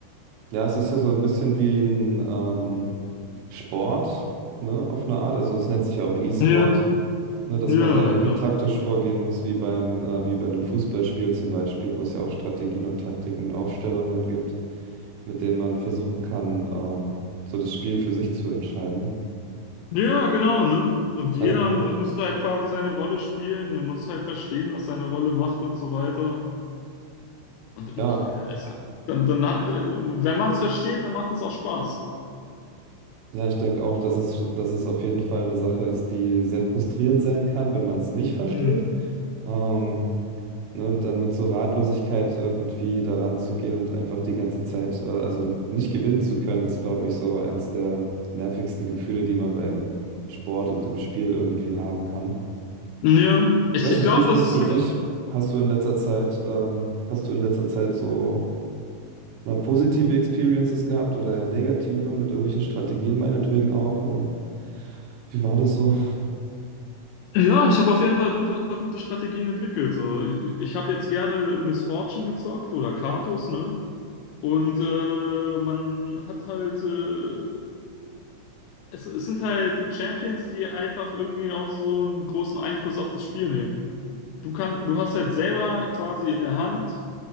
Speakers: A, on the right (about 80°); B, on the left (about 85°).
A: Ja, es ist ja so ein bisschen wie ein ähm, Sport, ne, auf eine Art. Also es nennt sich ja auch E-Sport,
B: Ja,
A: ne, dass
B: ja,
A: man da
B: na
A: irgendwie
B: klar.
A: taktisch vorgehen muss, wie beim, äh, wie bei einem Fußballspiel zum Beispiel, wo es ja auch Strategien und Taktiken, Aufstellungen gibt, mit denen man versuchen kann, ähm, so das Spiel für sich zu entscheiden.
B: Ja, genau, ne? Und jeder
A: Das, ja.
B: mu müsste halt quasi seine Rolle spielen, er muss halt verstehen, was seine Rolle macht und so weiter. Und, und
A: Ja,
B: äh, es, dann, dann hat, äh, wenn man es versteht, dann macht es auch Spaß.
A: Ja, ich denke auch, dass es, dass es auf jeden Fall eine Sache ist, die sehr frustrierend sein kann, wenn man es nicht versteht.
B: Hm.
A: Ähm, ne, und dann mit so Ratlosigkeit irgendwie daran zu gehen und einfach die ganze Zeit, äh, also nicht gewinnen zu können, ist, glaube ich, so eins der nervigsten Gefühle, die man beim Sport und im Spiel irgendwie haben kann.
B: Ja, ich,
A: Ich weiß
B: ich
A: nicht,
B: glaube,
A: wie ist das
B: das ist
A: für
B: halt.
A: dich? Hast du in letzter Zeit, ähm, hast du in letzter Zeit so mal positive Experiences gehabt oder eher negative mit irgendwelchen Strategien meinetwegen auch? Oder wie war das so?
B: Ja, ich habe auf jeden Fall durchaus ein paar gute Strategien entwickelt. So. Ich, ich habe jetzt gerne Miss Fortune gezockt oder Karthus, ne? Und äh, man hat halt, äh, es, es sind halt Champions, die einfach irgendwie auch so einen großen Einfluss auf das Spiel nehmen. Du kann, du hast halt selber quasi in der Hand,